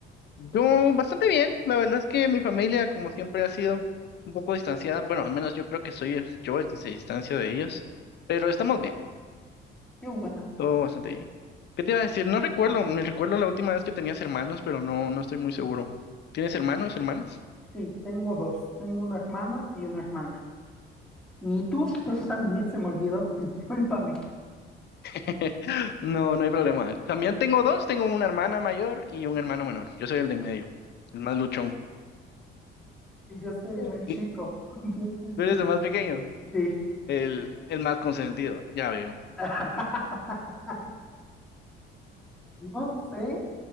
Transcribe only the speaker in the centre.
Qué bueno.
Sí, tengo dos. Tengo un hermano y una hermana. ¿Y tú? Yo también se me olvidó. Discúlpame.
Y yo soy
el más chico,
<laughs> completamente.
Sí.
<laughs> No sé.